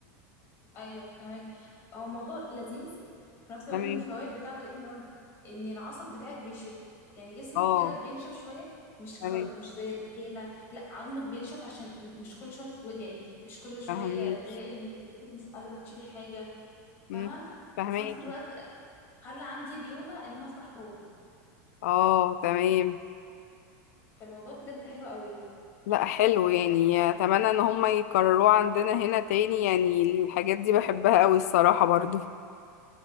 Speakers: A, on the left (about 30°); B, on the left (about 65°).
A: ايوه فهمك هو الموضوع لذيذ في نفس الوقت
B: تمام
A: من الفوائد بتاعته ايه بقى ان العصب بتاعك بيشد يعني جسمك
B: اه
A: كده بينشف شويه مش
B: تمام
A: كر مش زي الرجاله لا عظمك بينشف عشان مش كل شويه تتوجعي مش كل شويه
B: فهميكي
A: تلاقي ان ايدك مش قادره تشيلي حاجه
B: مم،
A: فاهمه
B: فهميكي
A: وفي نفس الوقت خلى عندي ليونه ان انا افتح حوض
B: اه تمام
A: فالموضوع بجد حلو قوي
B: لا حلو يعني اتمنى ان هم يكرروه عندنا هنا تاني يعني الحاجات دي بحبها قوي الصراحة برضو